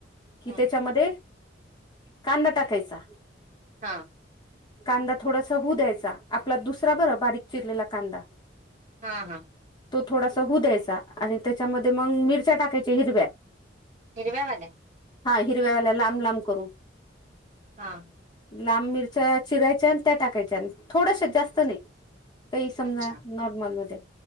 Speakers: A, on the left (about 25°); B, on the right (about 40°).
A: कि
B: हम्म
A: त्याच्यामध्ये कांदा टाकायचा
B: हा
A: कांदा थोडासा होऊ द्यायचा आपला दुसरा बर बारीक चिरलेला कांदा
B: हा हा
A: तो थोडासा होऊ द्यायचा आणि त्याच्यामध्ये मग मिरच्या टाकायच्या हिरव्या
B: हिरव्या वाल्या
A: हिरवे्याला लाम लाम कर
B: हा
A: लांब मिरच्या चिरायच्या आणि त्या टाकायच्या आणि थोडश जास्त नाही काही समजा
B: अच्छा
A: नॉर्मलमध्ये